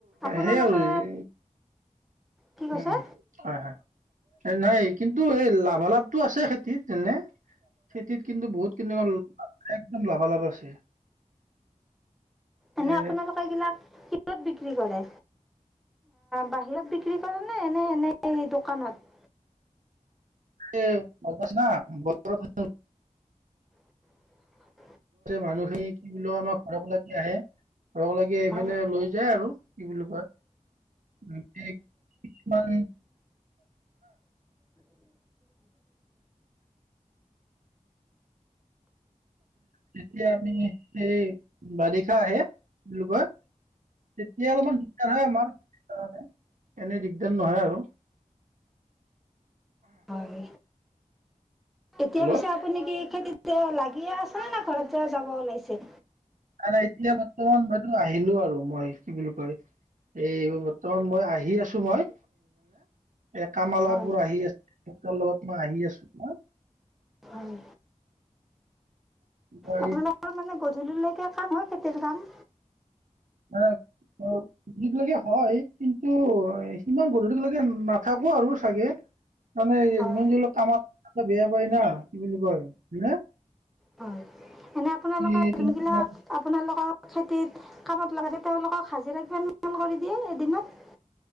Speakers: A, in the centre; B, on the right (about 75°).
A: আপোনালোকে
B: সেই আৰু এনে,
A: কি কৈছে
B: উহ হয় হয়, নাই কিন্তু এই লাভালাভটো আছে খেতিত যেনে খেতিত কিন্তু বহুত কিন্তু একদম লাভালাভ আছে।
A: এনে
B: এ
A: আপোনালোকে এগিলাক কত বিক্ৰী কৰে, বাহিৰত বিক্ৰী কৰে নে এনে এনে এই দোকানত।
B: এই অৱস্থা বতৰত <unintelligible>
A: <unintelligible> <inaudible>
B: মানুহখিনি কিন্তু আমাৰ ঘৰ ফালে দি আহে। লগ লাগি এইফালে
A: হয়
B: লৈ যায় আৰু কি বুলি কয়। মানে কিছুমান তেতিয়া আমি সেই বাৰিষা আহে কি বুলি কয় তেতিয়া অলপমান দিগদাৰ হয় আমাৰ খেতিৰ কাৰণে। এনে দিগদাৰ নহয় আৰু।
A: হয় এতিয়া
B: হেল্ল'
A: পিছে আপুনি কি খেতি লাগিয়েই আছেনে নে ঘৰত যে যাব ওলাইছে?
B: ন নাই এতিয়া বৰ্তমান বাইদেউ আহিলোঁ আৰু মই কি বুলি কয় এই বৰ্তমান মই আহি আছোঁ মই। এ কাম ৱালাবোৰ
A: হয়
B: আহি আছে সিহঁতৰ লগত মই আহি আছোঁ মই।
A: হয়
B: হয়।
A: আপোনালোকৰ মানে গধূলিলৈকে কাম হয় খেতিৰ কাম?
B: <inaudible> গধূলি লৈকে হয় কিন্তু সিমান গধূলি লৈকে নাথাকোঁ আৰু চাগে। তাৰমানে
A: হয়
B: যিমান হ'লেও কামত বেয়া পায় না কি বুলি কয়
A: হয় এনে আপোনালোকৰ
B: এই তোমাৰ
A: জোন গিলাক আপোনালোকৰ খেতিত কামত লগাতে তেওঁলোকক হাজিৰা কিমান কৰি দিয়ে এদিনত?